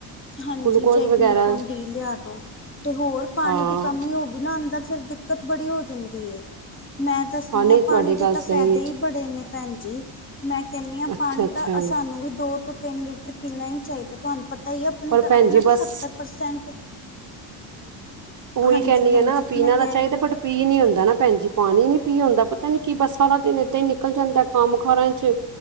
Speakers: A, on the left (about 25°); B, on the right (about 40°).
A: ਹਾਂਜੀ,
B: ਗਲੂਕੋਜ
A: ਚਾਹੇ
B: ਵਗੈਰਾ
A: ਗਲੂਕੋਨ ਡੀ ਲਿਆਦੋ। ਤੇ ਹੋਰ ਪਾਣੀ
B: ਹਾਂ
A: ਦੀ ਕਮੀ ਹੋ ਗਈ ਨਾ, ਅੰਦਰ ਫੇਰ ਦਿੱਕਤ ਬੜੀ ਹੋ ਜਾਂਦੀ ਐ। ਮੈਂ ਦੱਸਦੀ
B: ਹਾਂ ਨਹੀਂ
A: ਆ,
B: ਤੁਹਾਡੀ
A: ਪਾਣੀ ਦੇ
B: ਗੱਲ
A: ਤਾਂ ਫੈਦੇ
B: ਸਹੀ ਹੈ
A: ਹੀ ਬੜੇ ਨੇ ਭੈਣ ਜੀ, ਮੈ ਆ
B: ਅੱਛਾ
A: ਪਾਣੀ
B: ਅੱਛਾ
A: ਤਾਂ ਸਾਨੂੰ ਵੀ ਦੋ ਤੋਂ ਤਿੰਨ ਲੀਟਰ ਪੀਣਾ ਹੀ ਚਾਹੀਦਾ ਆ, ਤੁਹਾਨੂੰ ਪਤਾ ਹੀ ਆ, ਆਪਣੀ
B: ਪਰ
A: ਤਾਂ
B: ਭੈਣ
A: ਆਪਣਾ
B: ਜੀ ਬਸ
A: ਤਾਂ ਸੱਤਰ ਪਰਸੈਂਟ
B: ਓਹੀ
A: ਹਾਂਜੀ
B: ਕੈਹਦੀ
A: ਹਾਂਜੀ
B: ਆ ਨਾ, ਆ ਪੀਣਾ
A: ਮੈਂ ਕਹਿ
B: ਤਾਂ ਚਾਹੀਦਾ,
A: ਰਹੀ
B: ਬਟ ਪੀ ਨੀ ਹੁੰਦਾ ਨਾ ਭੈਣ ਜੀ, ਪਾਣੀ ਨੀ ਪੀ ਹੁੰਦਾ ਆ, ਪਤਾ ਨੀ ਕੀ ਬੱਸ ਸਾਰਾ ਦਿਨ ਏਦਾਂ ਹੀ ਨਿਕਲ ਜਾਂਦਾ ਕੰਮ ਕਾਰਾਂ ਚ।